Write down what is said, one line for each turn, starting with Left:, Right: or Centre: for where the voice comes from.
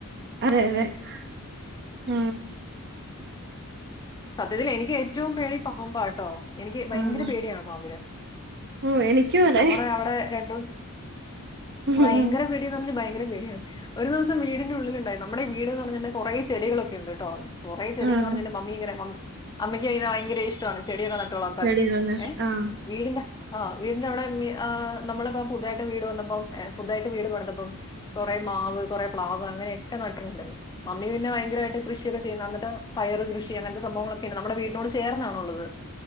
Right: അതേ അതേ ആ
Left: സത്യത്തിൽ എനിക്ക് ഏറ്റവും പേടി പാമ്പാട്ടോ എനിക്ക് ഭയങ്കര
Right: ആഹ്
Left: പേടിയാണ് പാമ്പിനെ
Right: ഓഹ് എനിക്കും അതെ
Left: നമ്മുടെ അവിടെ രണ്ടും
Right: ഉം
Left: ഭയങ്കര
Right: ഉം
Left: പേടി പറഞ്ഞ ഭയങ്കര <unintelligible> ഒരു ദിവസം വീടിന്റെ ഉള്ള ഉണ്ടായി നമ്മുടെ വീട്ന്ന് പറഞ്ഞെ കുറെ ചെടികളൊക്കെ ഉണ്ട് കേട്ടോ കുറെ ചെടി
Right: ആഹ്
Left: എന്ന് പറഞ്ഞല് മമ്മി ഇങ്ങനെമമ്മി അമ്മക്ക് അതിന് ഭയങ്ക ഇഷ്ടമാണ് ചെടിയൊക്കെ
Right: ചെടി നന്നായിട്ട്
Left: <unintelligible> ഏ
Right: ആഹ്
Left: വീടിന്താ ആഹ വീടിന്റെ അവിടെ നമ്മളിപ്പ പുതുതായിട്ട് വീട് വന്നപ്പോം പുതുതായിട്ട് വീട് വന്നപ്പം കുറെ മാവ് കുറേ പ്ലാവ് അങ്ങനെയൊക്കെ നട്ടിട്ടുണ്ട് മമ്മി പിന്നെ ഭയങ്കരമായിട്ട് കൃഷിയൊക്കെ ചെയ്യുന്നു എന്നിട്ട് പയറ് കൃഷി അങ്ങനത്തെ സംഭവങ്ങളൊക്കെ ഉണ്ട് നമ്മുടെ വീടിനോട് ചേർന്നാണുള്ളത്